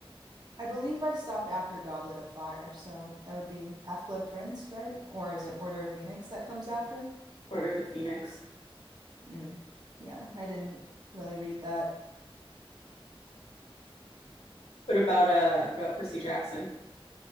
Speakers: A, on the right (about 45°); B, on the left (about 85°).
A: I believe I stopped after Goblet of Fire, so that would be Half-Blood Prince, right? Or is it Order of Phoenix that comes after?
B: Order of the Phoenix.
A: Mm. Yeah, I didn't really read that.
B: What about uh, what about Percy Jackson?